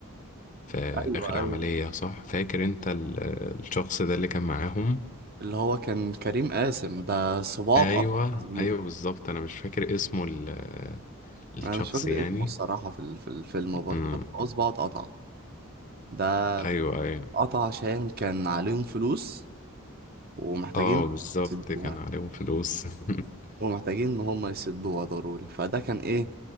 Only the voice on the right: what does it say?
ايوه
ايوه
اللي هو كان كريم قاسم ده صباعه
اتقطع يا زميلي
انا مش فاكر
اسمه الصراحة في ال- في الفيلم برضه
بس هو صباعه اتقطع ده
قطع عشان كان عليهم فلوس ومحتاجين
يسدوها
ومحتاجين ان هم يسدوها ضروري فده كان ايه